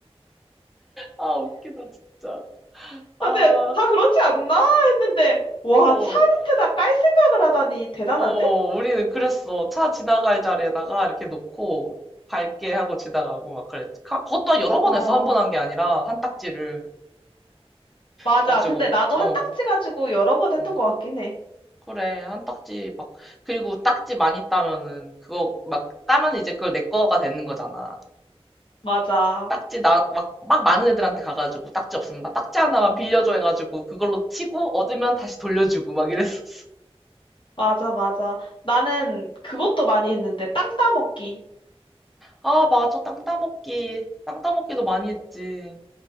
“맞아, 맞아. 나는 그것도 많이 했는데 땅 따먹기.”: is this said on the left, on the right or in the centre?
Left